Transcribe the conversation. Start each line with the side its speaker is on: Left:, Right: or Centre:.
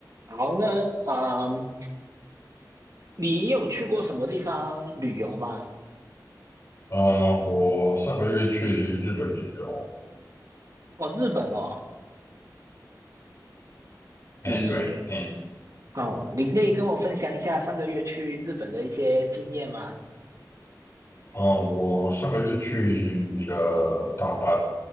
Right: 好，那啊、嗯你有去过什么地方旅游吗？
Left: 呃，我上个月去日本旅游，
Right: 哦，日本哦，
Left: 哎，
Right: 你
Left: 对，嗯，
Right: 哦，你可以跟我分享一下上个月去日本的一些经验吗？
Left: 啊、我上个月去了大阪，